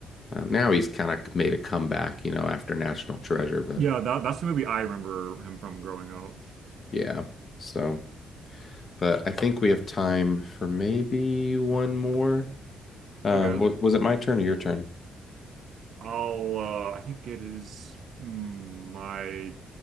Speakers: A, on the left; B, on the right.
A: um, now he's kind of made a comeback, you know, after National Treasure. But
B: Yeah, that that's the movie I remember him from growing up.
A: yeah, so, but I think we have time for maybe one more. Um,
B: Okay.
A: wa- was it my turn or your turn?
B: I'll uh I think it is my